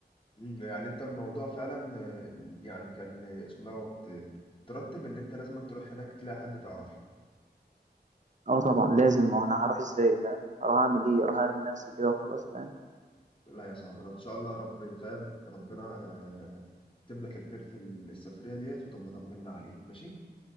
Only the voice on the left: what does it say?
مم، يعني انت الموضوع فعلا آه، يعني كان آه، اسمه دوت آه، ترتب ان انت لازم تروح هناك تلاقي حد تعرفه
لا يا صاحبي انا ان شاء الله رب فاهم ربنا آه، يكتب لك الخير في السفريه ديت وتبقى طمنا عليك ماشي